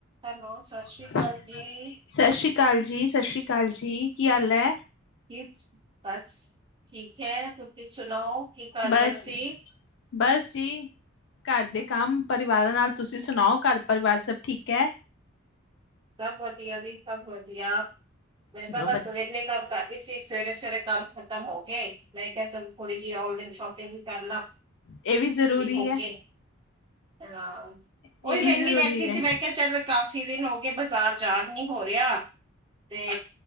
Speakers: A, on the right; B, on the left.
A: ਹੈਲੋ, ਸ੍ਰੀ
B: ਸਤਿ
A: ਅਕਾਲ ਜੀ,
B: ਸ੍ਰੀ ਅਕਾਲ ਜੀ ਸਤਿ ਸ਼੍ਰੀ ਅਕਾਲ ਕਾਲ ਜੀ ਕੀ ਹਾਲ ਹੈ
A: ਕਿ ਬਸ ਠੀਕ ਹੈ ਤੁਸੀਸੀਂ ਸੁਣਾਓ ਕੀ ਕਰ
B: ਬਸ,
A: ਰਹੇ ਸੀ
B: ਬਸ ਜੀ ਘਰ ਦੇ ਕੰਮ ਪਰਿਵਾਰਾਂ ਨਾਲ ਤੁਸੀਂ ਸੁਣਾਓ ਘਰ ਪਰਿਵਾਰ ਸਭ ਠੀਕ ਹੈ
A: ਸਭ ਵਧੀਆ ਜੀ ਸਭ ਵਧੀਆ ਮੇਰੇ
B: ਚਲੋ
A: ਪ ਸਵੇਰ ਲਈ ਕੰਮ ਕਰ ਸੀ ਸਵੇਰੇ ਸਵੇਰੇ ਕੰਮ ਖਤਮ ਹੋ ਨਹੀਂ ੋੜ ਆਨਲਾਈਨ ਸ਼ੋਪਿੰਗ ਵਿੱਚ ਕਰਲਾ
B: ਇਹ ਜ਼ਰੂਰੀ
A: ਵੀ ਹੋਕੇ
B: ਹੈ,
A: ਹ ਉਹੀ
B: ਇਹ ਵੀ
A: ਵਿਹਲੀ
B: ਜ਼ਰੂਰੀ
A: ਬੈਠੀ ਸੀ
B: ਹੈ,
A: ਮੈਂ ਕਿਹਾ ਚੱਲ ਕਾਫ਼ੀ ਦਿਨ ਹੋ ਗਏ ਬ ਾਰ ਯਾਦ ਨੀ ਹੋ ਰਿਹਾ ਤੇ